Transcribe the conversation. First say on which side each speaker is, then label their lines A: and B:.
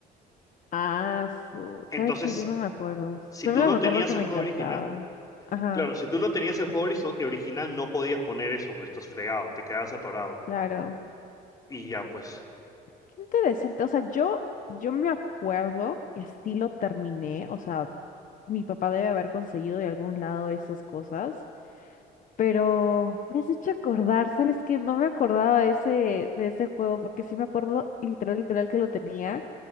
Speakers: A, on the left; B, on the left.
A: Ah, su.
B: Entonces,
A: ¿Sabes que Yo no me acuerdo.
B: si
A: Solo
B: tú no
A: me
B: tenías
A: acuerdo que
B: el
A: me
B: juego
A: encantaba.
B: original,
A: Ajá.
B: claro, si tú no tenías el juego orizo- original, no podías poner eso, pues estás fregado, te quedabas atorado.
A: Claro.
B: Y ya, pues,
A: Qué interesante. O sea, yo, yo me acuerdo que sí lo terminé. O sea, mi papá debe haber conseguido de algún lado esas cosas. Pero me has hecho acordar, ¿sabes qué? No me acordaba de ese, de ese juego, porque sí me acuerdo literal, literal que lo tenía.